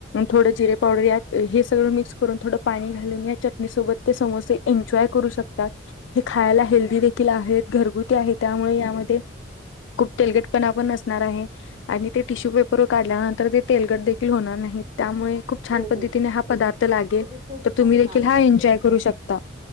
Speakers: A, on the left; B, on the right.
A: थोडं जिरे पावडर या हे सगळं मिक्स करून थोडं पाणी घालून या चटणीसोबत ते समोसे एन्जॉय करू शकतात. हे खायला हेल्दी देखील आहेत घरगुती आहे त्यामुळे यामध्ये खूप तेलगटपणा पण नसणार आहे. आणि ते टिश्यू पेपरवर काढल्यानंतर ते तेलगट देखील होणार नाही त्यामुळे खूप छान
B: हो
A: पद्धतीने
B: हो
A: हा पदार्थ लागेल.
B: तुम्ही खूप
A: तर
B: छान
A: तुम्ही देखील हा एन्जॉय
B: खूप
A: करू शकता.